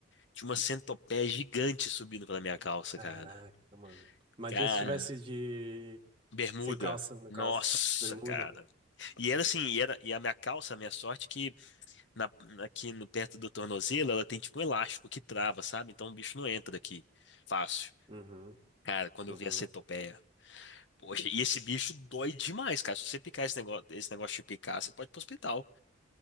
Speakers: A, on the left (about 65°); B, on the right (about 25°).
A: tinha uma centopeia gigante subindo pela minha calça,
B: Caraca,
A: cara.
B: mano. Imagina
A: Cara,
B: se tivesse de...
A: bermuda.
B: Sem calça, no
A: Nossa,
B: caso. Bermuda.
A: cara. E era assim, e, era, e a minha calça, a minha sorte, é que na, aqui no, perto do tornozelo, ela tem tipo um elástico que trava, sabe? Então o bicho não entra aqui. Fácil.
B: Uhum,
A: Cara, quando
B: uhum.
A: eu vi a centopeia. Poxa, e esse bicho dói demais, cara. Se você picar esse negócio, esse negócio de picar, você pode ir pro hospital.